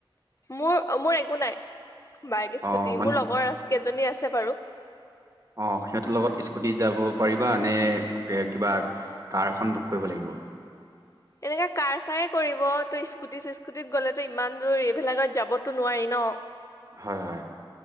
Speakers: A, on the left; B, on the right.
A: মোৰ, মোৰ একো নাই, বাইক স্কুটি।
B: অ', মানে
A: মোৰ লগৰ কেইজনী আছে বাৰু।
B: অঁ, সেহঁতৰ লগত স্কুটি যাব পাৰিবা নে কিবা কাৰ এখন বুক কৰিব লাগিব?
A: এনেকে কাৰ ছাৰে কৰিব। ত' স্কুটি চিস্কুটিত ইমান দূৰ, এইবিলাকত যাবতো নোৱাৰি ন।
B: হঁয় হয়ঁ